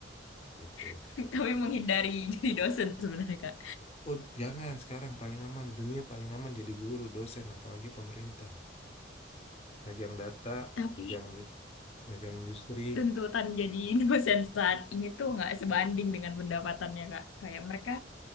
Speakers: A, on the left; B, on the left.
A: itu
B: <laughs> tapi menghindari jadi dosen sebenarnya Kak.
A: oh jangan sekarang paling aman dunia paling aman jadi guru dosen apalagi pemerintah megang data
B: Tapi
A: megang megang industri
B: tuntutan jadi <laughs> dosen saat ini tuh nggak sebanding dengan pendapatannya Kak. Kayak mereka